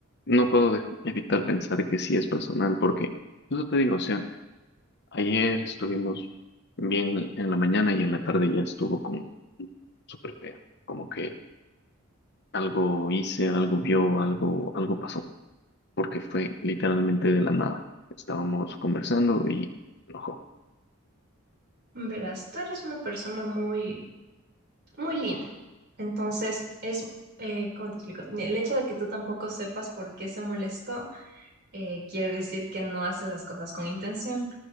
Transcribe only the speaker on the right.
Verás, tú eres una persona muy, muy linda. Entonces, es, eh, ¿cómo te explico? El hecho de que tú tampoco sepas por qué se molestó eh, quiere decir que no haces las cosas con intención.